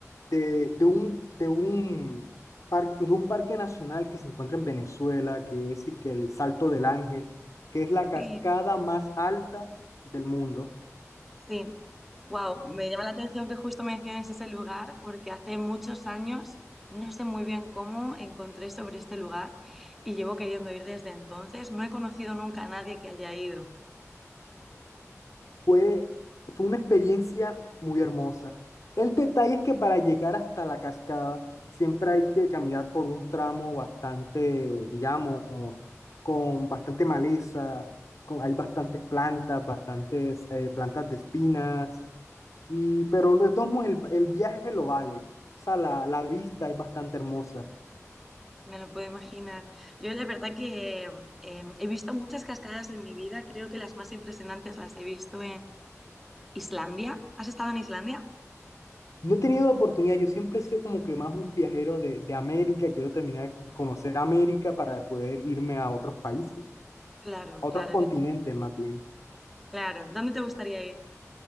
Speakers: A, on the left; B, in the centre.
A: de, de un, de un, par- de un parque nacional que se encuentra en Venezuela, que es y que el Salto del Ángel, que es la cascada
B: Sí,
A: más alta del mundo.
B: sí. Wow, me llama la atención que justo menciones ese lugar porque hace muchos años, no sé muy bien cómo, encontré sobre este lugar y llevo queriendo ir desde entonces. No he conocido nunca a nadie que haya ido.
A: Fue, fue una experiencia muy hermosa. El detalle es que para llegar hasta la cascada siempre hay que caminar por un tramo bastante, digamos, con bastante maleza, con, hay bastantes plantas, bastantes eh, plantas de espinas, y, pero de todos modos el, el viaje lo vale. O sea, la, la vista es bastante hermosa.
B: Me lo puedo imaginar. Yo la verdad que em, he visto muchas cascadas en mi vida, creo que las más impresionantes las he visto ¿Islandia? ¿Has estado en Islandia?
A: No he tenido oportunidad, yo siempre he sido como que más un viajero de, de América, quiero terminar de conocer América para poder irme a otros países.
B: Claro,
A: a otros
B: claro,
A: continentes
B: que-
A: más bien.
B: claro. ¿Dónde te gustaría ir?